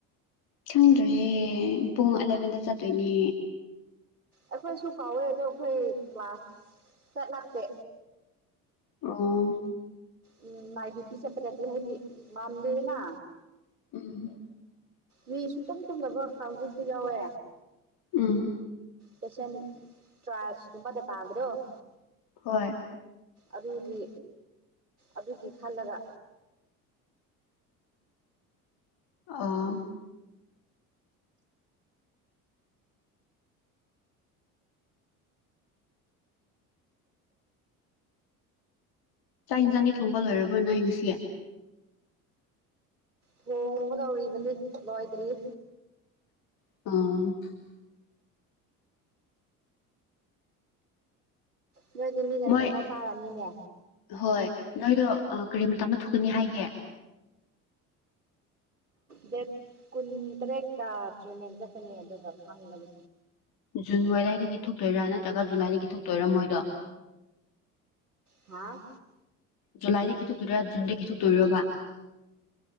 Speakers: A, on the left; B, on the right.
A: ꯈꯪꯗꯔꯥꯌꯦ ꯄꯨꯡ ꯑꯂꯚꯦꯟꯗ ꯆꯠꯇꯣꯏꯅꯦ
B: ꯑꯩꯈꯣꯏꯁꯨ ꯀꯥꯎꯋꯦ ꯑꯗꯣ ꯑꯩꯈꯣꯏ ꯀ꯭ꯂꯥꯁ ꯆꯠ ꯂꯥꯛꯇꯦ
A: ꯑꯣ
B: ꯑꯝ ꯂꯥꯢꯒꯤ ꯄꯤꯈꯠꯄꯗ <unintelligible> ꯍꯥꯏꯗꯤ ꯉꯝꯗꯦꯅ
A: ꯎꯝ
B: ꯃꯤ ꯁꯨꯛꯇꯝ ꯇꯨꯝꯗꯕ ꯀꯥꯡꯕꯨꯁꯨ ꯌꯥꯎꯋꯦ
A: ꯎꯝ
B: ꯄꯦꯁꯟ ꯇ꯭ꯔꯥꯞꯁꯒꯨꯝꯕꯗꯣ ꯇꯥꯕꯗꯣ
A: ꯍꯣꯏ
B: ꯑꯗꯨꯗꯤ ꯑꯗꯨꯒꯤ ꯈꯜꯂꯒ
A: ꯑꯥ ꯆꯥꯛ ꯏꯟꯁꯥꯡꯗꯤ ꯊꯣꯡꯕ ꯂꯣꯢꯔꯕꯣ ꯅꯣꯢ ꯉꯁꯤ
B: ꯊꯣꯡꯒꯗꯧꯔꯤꯕꯅꯤ ꯂꯣꯏꯗ꯭ꯔꯤꯌꯦ
A: ꯑꯥ
B: ꯅꯣꯏꯗꯤ ꯃꯤꯅ
A: ꯃꯣꯏ
B: ꯊꯣꯡꯉ ꯆꯥꯔꯝꯅꯤꯅꯦ
A: ꯍꯣꯏ ꯅꯣꯏꯗꯣ ꯀꯔꯤ ꯃꯇꯥꯝꯗ ꯊꯣꯛꯀꯅꯤ ꯍꯥꯏꯒꯦ
B: ꯗꯦꯠ ꯀꯨꯟ ꯇꯔꯦꯠꯇ ꯇ꯭ꯔꯤꯠꯃꯦꯟ ꯆꯠꯀꯅꯤ ꯑꯗꯨꯒ ꯈꯪꯒꯅꯤ
A: ꯖꯨꯟ ꯑꯗꯨꯋꯥꯢꯗꯒꯤ ꯊꯣꯛꯇꯣꯏꯔꯥ ꯅꯠꯇ꯭ꯔꯒ ꯖꯨꯂꯥꯏꯗꯒꯤ ꯊꯣꯛꯇꯣꯏꯔꯥ ꯃꯣꯏꯗꯣ
B: ꯍꯥꯥ
A: ꯖꯨꯂꯥꯏꯗꯒꯤ ꯈꯤꯇꯛꯇꯣꯏ ꯖꯨꯟꯗ ꯈꯤꯇꯣꯛꯇꯣꯏꯔꯕ